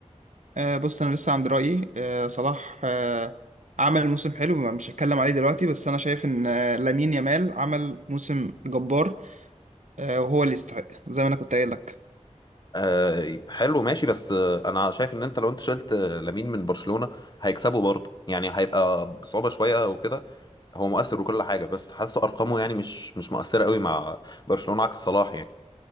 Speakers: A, on the right; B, on the left.
A: آه، بص انا لسه عند رايي آه، صلاح آه، عمل موسم حلو مش هتكلم عليه دلوقتي بس انا شايف ان آه، لامين يامال عمل موسم جبار آه، وهو اللي يستحق زي ما انا كنت قايل لك
B: آه، حلو ماشي بس آه، أنا شايف إن أنت لو أنت شلت آه، لامين من برشلونة هيكسبه برضه يعني هيبقى بصعوبة شوية وكده هو مؤثر وكل حاجة بس حاسه أرقامه يعني مش مش مؤثرة قوي مع برشلونة عكس صلاح يعني